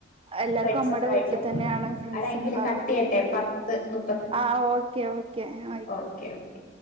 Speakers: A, on the right; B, on the left.
A: എല്ലാർക്കും
B: ഫ്രണ്ട്സ്
A: അമ്മയുടെ
B: ഒക്കെ ആയിട്ട്
A: വീട്ടിൽ തന്നെയാണ് ഫ്രണ്ട്സ്
B: അവിടെ എങ്കിലും
A: ഉണ്ടാവാറ്
B: കട്ടിയട്ടെ പത്ത് മുപ്പ
A: ആഹ് ഓക്കേ ഓക്കെ. ആയിക്കോട്ടെ
B: ഓക്കെ ഓക്കെ.